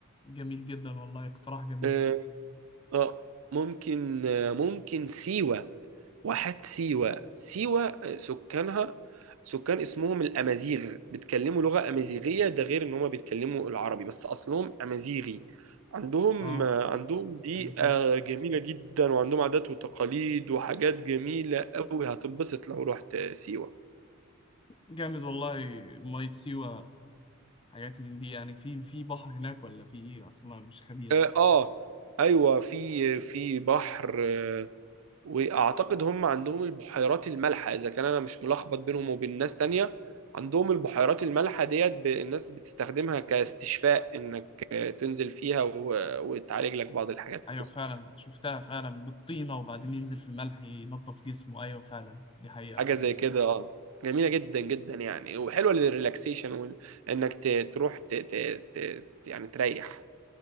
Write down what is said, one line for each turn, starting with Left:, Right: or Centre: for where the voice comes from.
Left: جميل جدا والله اقتراح جميل
Right: آه، آه، ممكن آه، ممكن سيوة واحات سيوة سيوة آه، سكانها سكان اسمهم الأمازيغ بيتكلموا لغة أمازيغية ده غير إن هما بيتكلموا العربي بس أصلهم أمازيغي عندهم
Left: اه
Right: آه، عندهم بيئة
Left: يا مزيف
Right: جميلة جدا وعندهم عادات وتقاليد وحاجات جميلة قوي هتنبسط لو رحت سيوة
Left: جامد والله ميه سيوه حاجات من دي يعني في في بحر هناك ولا في ايه اصلا مش خبير
Right: آه
Left: قوي
Right: آه، أيوة في آه، في بحر آه، واعتقد هم عندهم البحيرات المالحه اذا كان انا مش ملخبط بينهم وبين ناس تانية عندهم البحيرات المالحه ديت ب- الناس بتستخدمها كاستشفاء انك تنزل فيها و- وتعالج لك بعض الحاجات في
Left: ايوه
Right: جسمك
Left: فعلا شفتها فعلا بالطينه وبعدين ينزل في الملح ينظف جسمه ايوه فعلا دي حقيقه
Right: حاجه
Left: فعلا
Right: زي كده اه جميله جدا جدا يعني وحلوه للريلاكسيشن وال- انك ت- تروح ت... ت... ت... يعني تريح